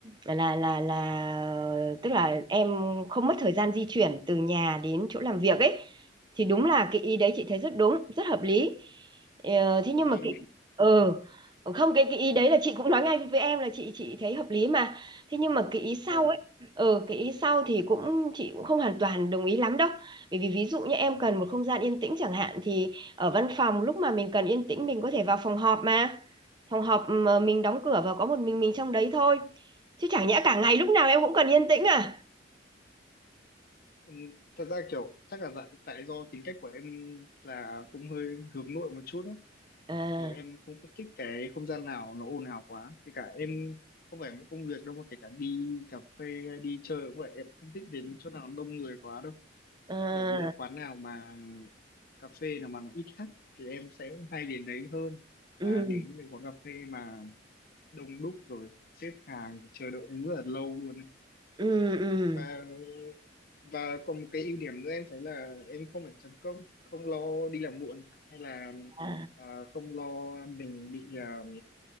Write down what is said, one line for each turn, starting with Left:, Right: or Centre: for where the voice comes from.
Right: là là là tức là em không mất thời gian di chuyển từ nhà đến chỗ làm việc ấy thì đúng là cái ý đấy chị thấy rất đúng rất hợp lý ờ, thế nhưng
Left: hợp lý
Right: mà cái
Left: mà
Right: ừ không cái cái ý đấy là chị cũng nói ngay với em là chị chị thấy hợp lý mà thế nhưng mà cái ý sau
Left: vâng
Right: ấy ừ cái ý sau thì cũng chị cũng không hoàn toàn đồng ý lắm đâu bởi vì ví dụ như em cần một không gian yên tĩnh chẳng hạn thì ở văn phòng lúc mà mình cần yên tĩnh mình có thể vào phòng họp mà. Phòng họp mà mình đóng cửa và có một mình mình trong đấy thôi. Chứ chẳng nhẽ cả ngày lúc nào em cũng cần yên tĩnh à?
Left: Ừ, thật ra kiểu chắc là dạ- tại do tính cách của em là cũng hơi hướng nội một chút ấy
Right: À,
Left: thì em không, không thích cái không gian nào nó ồn ào quá kể cả em không phải một công việc đâu mà kể cả đi cà phê hay đi chơi cũng vậy em không thích đến chỗ nào đông người quá đâu
Right: à,
Left: nhiều ví dụ quán nào mà cà phê nào mà nó ít khách thì em sẽ hay đến đấy hơn là
Right: ừ,
Left: đến những cái quán cà phê mà đông đúc rồi xếp hàng chờ đợi rất là lâu luôn ấy
Right: ừ, ừ.
Left: và và còn một cái ưu điểm nữa em thấy là em không phải chấm công không lo đi làm muộn hay là
Right: À,
Left: à, không lo mình bị à,